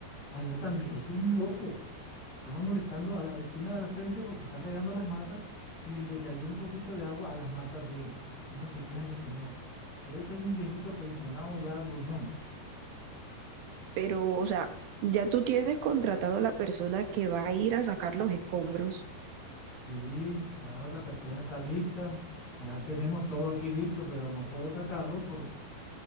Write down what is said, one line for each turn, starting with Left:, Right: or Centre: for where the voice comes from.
Left: Allá también, ese es un loco. Estaba molestando a la vecina de al frente porque está regando las matas y le cayó un poquito de agua a las matas de él. ¿Cómo se queja ese señor? Debe ser un viejito pensionado ya gruñón.
Right: Pero, o sea, ya tú tienes contratado a la persona que va a ir a sacar los escombros.
Left: Sí, ya la persona está lista, ya tenemos todo aquí listo, pero no puedo sacarlo porque